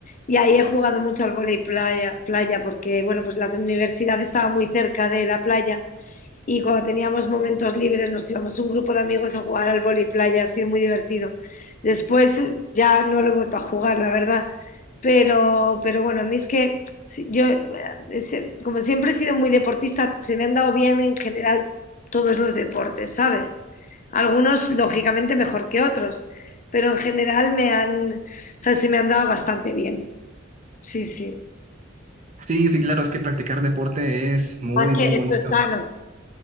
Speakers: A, on the left (about 40°); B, on the right (about 35°).
A: y ahí he jugado mucho al vóley playa, playa, porque, bueno, pues la universidad estaba muy cerca de la playa y cuando teníamos momentos libres nos íbamos un grupo de amigos a jugar al vóley playa, ha sido muy divertido. Después ya no lo he vuelto a jugar, la verdad, pero, pero bueno, a mí es que sí, yo, eh, es- como siempre he sido muy deportista, se me han dado bien en general todos los deportes, ¿sabes? Algunos, lógicamente, mejor que otros, pero en general me han, o sea, se me han dado bastante bien. Sí, sí.
B: Sí, sí, claro, es que practicar deporte es muy,
A: Aunque
B: muy bonito.
A: eso es sano.